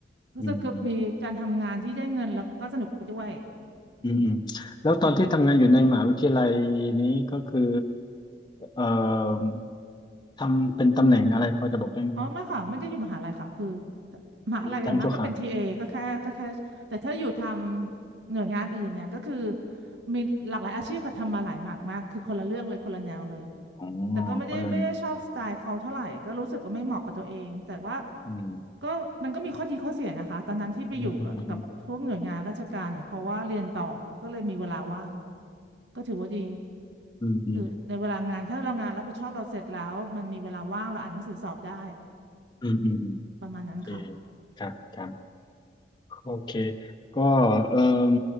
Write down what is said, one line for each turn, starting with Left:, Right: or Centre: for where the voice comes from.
Right: รู้สึกคือมีการทำงานที่ได้เงินแล้วก็สนุกไปด้วย
Left: อืม อืมอืมแล้วตอนที่ทำงานอยู่ในมหาวิทยาลัยนี้ก็คือเอ่อทำเป็นตำแหน่งอะไรพอจะบอกได้ไหมครับ
Right: อ๋อไม่ค่ะไม่ได้อยู่มหาลัยค่ะคือมหาลัยอย่างมากก็เป็นทีเอก็แค่ก็แค่แต่ถ้าอยู่ทำหน่วยงานอื่นเนี่ยก็คือ
Left: เป็นลูกจ้างชั่วคราว
Right: มีหลากหลายอาชีพค่ะทำมาหลายมากมากคือคนละเรื่องเลยคนละแนวเลย
Left: อ๋อ
Right: แต่ก็ไม่ได้ไม่ได้ชอบสไตล์เขาเท่าไหร่ก็รู้สึกก็ไม่เหมาะกับตัวเองแต่ว่า
Left: คนละแนวอืม
Right: ก็มันก็มีข้อดีข้อเสียนะคะตอนนั้นที่ไปอยู่กับกับพวกหน่วยงานราชการเนี่ยเพราะว่าเรียนต่อก็เลยมีเวลาว่าง
Left: อืมอืม
Right: ก็ถือว่าดี
Left: อืมอืม
Right: คือในเวลางานถ้าเรางานรับผิดชอบเราเสร็จแล้วมันมีเวลาว่างเราอ่านหนังสือสอบได้
Left: อืมอืมอืมอืมอืมอืมโอเค
Right: ประมาณนั้นค่ะ
Left: ครับครับ โอเค ก็เอ่ม